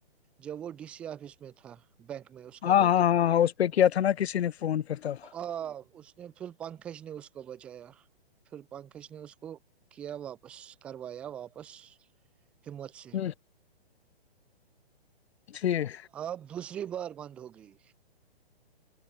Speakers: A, in the centre; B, on the left.
A: جب وہ ڈی سی آفس میں تھا بینک میں اس کا
B: ہاں
A: بیٹا
B: ہاں ہاں ہاں، اس پہ کیا تھا نا کسی نے فون پھر تب
A: آ اس نے پھر پنکج نے اس کو بچایا پھر پنکج نے اس کو کیا واپس واپس کروایا واپس ہمت
B: ہ
A: سے بہار کی
B: ٹھیک
A: اوج عا رہی ہے آپ دوس تسری بار بند ہوگئی